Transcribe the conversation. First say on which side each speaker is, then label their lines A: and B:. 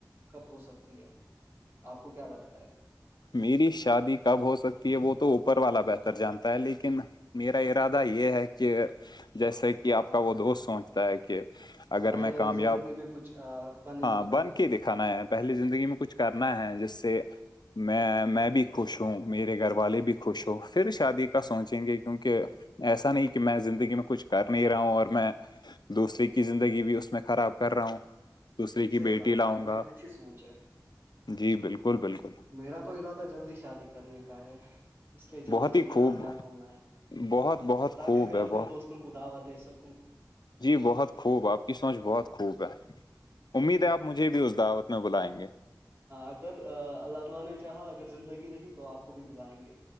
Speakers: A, on the right; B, on the left.
A: کب ہو سکتی ہے آپ کو کیا لگتا ہے
B: میری شادی کب ہو سکتی ہے وہ تو اوپر والا بہتر جانتا ہے لیکن میرا ارادہ یہ ہے کہ جیسے کہ آپ کا وہ دوست سوچتا ہے کہ اگر
A: پہلے
B: میں کامیاب
A: زندگی میں کچھ بنے
B: ہاں
A: پہلے
B: بن کے دکھانا ہے پہلی زندگی میں کچھ کرنا ہے جس سے میں میں بھی خوش ہوں میرے گھر والے بھی خوش ہووں پھر شادی کا سوچیں گے کیونکہ ایسا نہیں کہ میں زندگی میں کچھ کر نہیں رہا ہوں اور میں دوسرے کی زندگی بھی اسس میں خراب کر رہا ہوں دوسرے کی
A: صحیح
B: بیٹی
A: بات
B: لاؤں
A: ہے آپ کی بڑی
B: گا
A: اچھی سوچ ہے
B: جی بالکل بالکل
A: میرا تو ارادہ جلدی شادی کرنے کا ہے اس لیے جلدی
B: بہت
A: جلدی
B: ہی خوب
A: کامیاب ہونا ہے
B: بہت بہت
A: تاکہ
B: خوب
A: میں اپنے
B: ہے بہت
A: دوستوں کو دعوی دے سکوں
B: جی بہت خوب آپ کی سوچھ بہت خوب ہے امید ہے آپ مجھے بھی اس دعوت میں بلائیں گے
A: اگر اللہ تعالی نے چاہا اگر زندگی رہی تو آپ کو بھی بلائیں گے